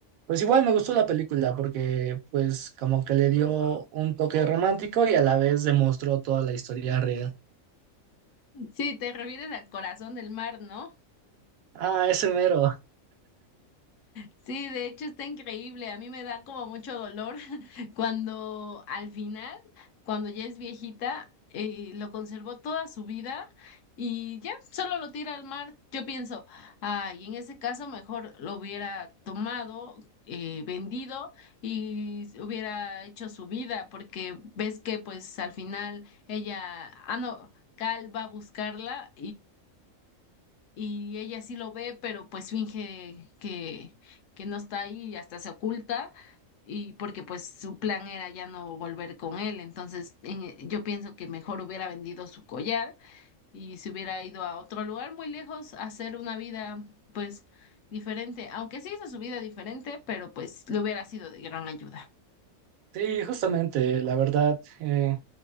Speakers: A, on the right; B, on the left.
A: pues igual me gustó la película porque pues como que le dio un toque romántico y a la vez demostró toda la historia real.
B: Sí, te refieres al corazón del mar, ¿no?
A: Ah, ese mero.
B: Sí, de hecho está increíble. A mí me da como mucho dolor <laughs> cuando al final, cuando ya es viejita, eh, lo conservó toda su vida y ya solo lo tira al mar. Yo pienso, ay, en ese caso mejor lo hubiera tomado, eh, vendido y s- hubiera hecho su vida, porque ves que pues al final ella, ah, no, Cal va a buscarla y ella sí lo ve, pero pues finge que, que no está ahí y hasta se oculta y porque pues su plan era ya no volver con él, entonces en- yo pienso que mejor hubiera vendido su collar y se hubiera ido a otro lugar muy lejos a hacer una vida pues diferente, aunque sí hizo su vida diferente, pero pues le hubiera sido de gran ayuda.
A: Sí, justamente, la verdad. eh,